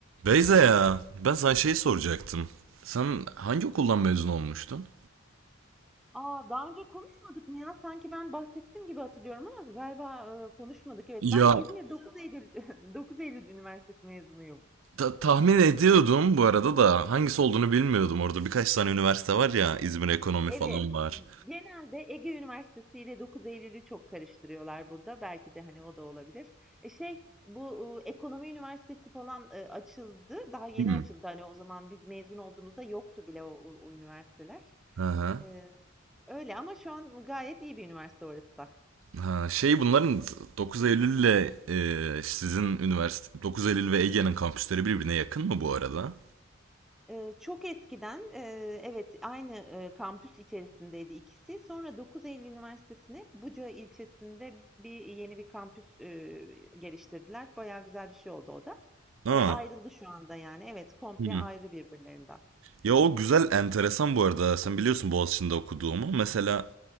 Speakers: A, on the right; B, in the centre.
A: Beyza ya ben sana şey soracaktım. Sen hangi okuldan mezun olmuştun?
B: Aa, daha önce konuşmadık mı ya? Sanki ben bahsettim gibi hatırlıyorum ama galiba e, konuşmadık. Evet,
A: Ya
B: ben İzmir 9 Eylül <laughs> 9 Eylül Üniversitesi mezunuyum.
A: ta- tahmin ediyordum bu arada da hangisi olduğunu bilmiyordum. Orada birkaç tane üniversite var ya İzmir Ekonomi
B: Evet,
A: falan var.
B: genelde Ege Üniversitesi ile 9 Eylül'ü çok karıştırıyorlar burada. Belki de hani o da olabilir. E şey, bu e, Ekonomi Üniversitesi falan e, açıldı. Daha yeni
A: Hmm.
B: açıldı. Hani o zaman biz mezun olduğumuzda yoktu bile o, o- o üniversiteler.
A: Aha.
B: E, öyle ama şu an gayet iyi bir üniversite orası da.
A: Ha, şey bunların 9 Eylül ile e, sizin üniversite 9 Eylül ve Ege'nin kampüsleri birbirine yakın mı bu arada?
B: Eee, çok eskiden, eee, evet, aynı, eee, kampüs içerisindeydi ikisi. Sonra 9 Eylül Üniversitesi'ne Buca ilçesinde bir yeni bir kampüs, eee, geliştirdiler. Bayağı güzel bir şey oldu o da.
A: Aa.
B: Eee, ayrıldı şu anda yani. Evet, komple
A: Hmm.
B: ayrı birbirlerinden.
A: Ya o güzel, enteresan bu arada. Sen biliyorsun Boğaziçi'nde okuduğumu. Mesela